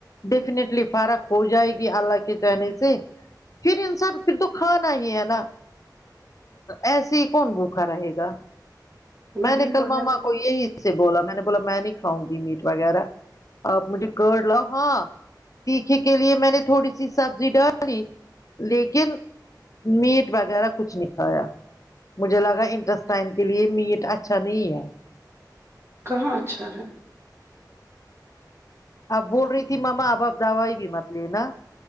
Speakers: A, on the left (about 50°); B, on the right (about 35°).
A: ڈیفینٹلی فرق ہو جائے گی اللہ کے کہنے سے پھر انسان پھر تو کھانا ہی ہے نا ایسی کون بوکھا رہے گا
B: وہی
A: میں نے کل
B: تو
A: ماما
B: ہے
A: کو یہی سے بولا میں نے بولا میں نہیں کھاؤں گی میٹ وغیرہ آپ مجھے کارڈ لاؤ ہاں تیکھے کے لیے میں نے تھوڑی سی سبزی ڈالی لیکن میٹ وغیرہ کچھ نکھایا مجھے لگا انٹرس ٹائم کے لیے میٹ اچھا نہیں ہے
B: کہاں اچھا ہے
A: اب بول رہی تھی ماما اب اپ دوائی بھی مت لینا